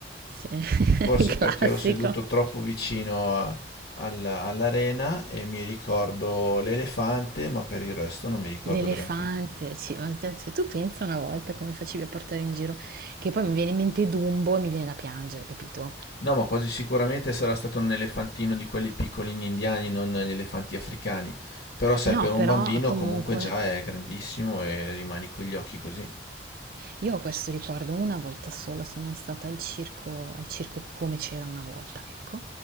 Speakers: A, on the right (about 55°); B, on the left (about 60°).
A: Sì,
B: forse
A: <laughs> classico.
B: perché ero seduto troppo vicino a- alla- all'arena e mi ricordo l'elefante, ma per il resto non mi ricordo
A: L'elefante,
B: granché.
A: ci- ma se se tu pensa una volta come facevi a portare in giro, che poi mi viene in mente Dumbo e mi viene da piangere, capito?
B: No, ma quasi sicuramente sarà stato un elefantino di quelli piccolini indiani, non gli elefanti africani. Però sai,
A: No,
B: per un
A: però
B: bambino
A: comunque
B: comunque già è grandissimo e rimani con gli occhi così.
A: Io ho questo ricordo una volta sola, sono stata al circo al circo Come c'era una volta, ecco,